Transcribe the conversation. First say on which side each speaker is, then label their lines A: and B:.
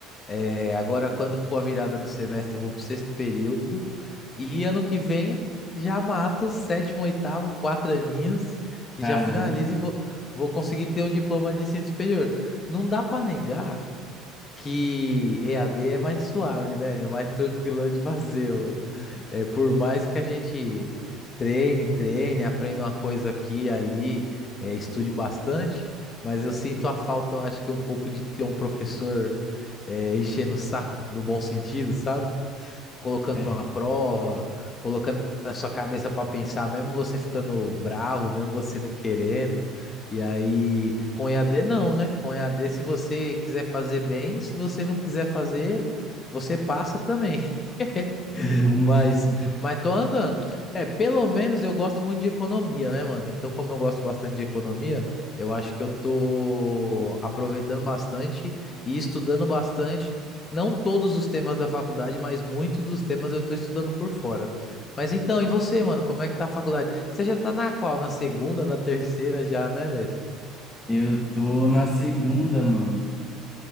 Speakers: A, on the left; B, on the left.
A: É, agora, quando for a virada do semestre, eu vou pro sexto período. E ano que vem já mato sétimo, oitavo, quatro aninhos e
B: Cara,
A: já finalizo e vou, vou conseguir ter um diploma de ensino superior. Não dá para negar que EAD é mais suave, né? É mais tranquilo de fazer, mano. É, por mais que a gente treine, treine, aprenda uma coisa aqui e ali, é, estude bastante, mas eu sinto a falta, eu acho que um pouco de ter um professor é, enchendo o saco, no bom sentido, sabe? Colocando
B: <laughs>
A: uma prova, colocando na sua cabeça para pensar, mesmo você ficando bravo, mesmo você não querendo. E aí, com EAD não, né? Com EAD, se você quiser fazer bem, se você não quiser fazer, você passa também. <laughs>
B: do mesmo
A: Mas,
B: jeito, né?
A: mas tô andando. É, pelo menos eu gosto muito de economia, né, mano? Então, como eu gosto bastante de economia, eu acho que eu tô aproveitando bastante e estudando bastante, não todos os temas da faculdade, mas muitos dos temas eu tô estudando por fora. Mas então, e você, mano, como é que tá a faculdade? Você já tá na qual? Na segunda, na terceira já, né, Lesk?
B: eu tô na segunda, mano.